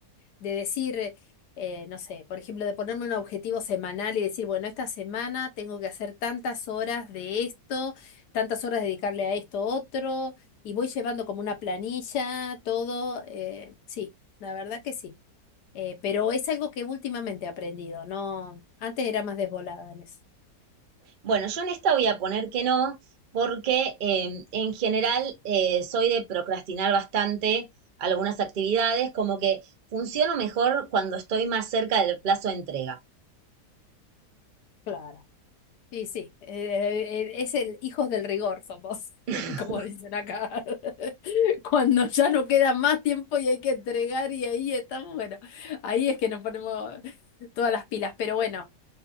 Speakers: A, on the left; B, on the right.
A: de decir, eh, no sé, por ejemplo, de ponerme un objetivo semanal y decir, bueno, esta semana tengo que hacer tantas horas de esto, tantas horas dedicarle a esto otro, y voy llevando como una planilla, todo, eh, sí, la verdad que sí. Eh, pero es algo que últimamente he aprendido, no, antes era más desvolada en eso.
B: Bueno, yo en esta voy a poner que no, porque eh, en general eh, soy de procrastinar bastante algunas actividades, como que funciono mejor cuando estoy más cerca del plazo de entrega.
A: Claro. Y sí, eh, eh, es el hijos del rigor somos,
B: <laughs>
A: <laughs> como dicen acá. <laughs> Cuando ya no queda más tiempo y hay que entregar y ahí estamos, bueno, ahí es que nos ponemos todas las pilas. Pero bueno,